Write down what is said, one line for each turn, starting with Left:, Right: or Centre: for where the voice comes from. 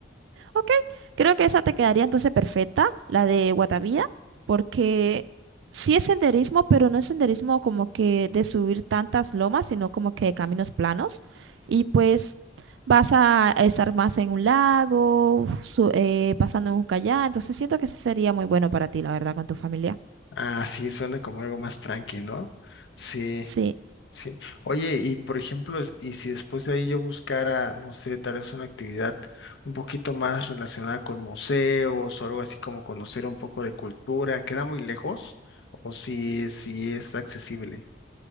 Right: Ok, creo que esa te quedaría entonces perfecta, la de Guatavía, porque sí es senderismo, pero no es senderismo como que de subir tantas lomas, sino como que caminos planos. Y pues vas a estar más en un lago, su- eh, pasando en un kayak, entonces siento que sí sería muy bueno para ti, la verdad, con tu familia.
Left: Ah, sí, suena como algo más tranqui, ¿no? Sí.
Right: Sí,
Left: Sí. Oye, y por ejemplo, es- y si después de ahí yo buscara, no sé, tal vez una actividad un poquito más relacionada con museos o algo así como conocer un poco de cultura, ¿queda muy lejos? ¿O si, si es accesible?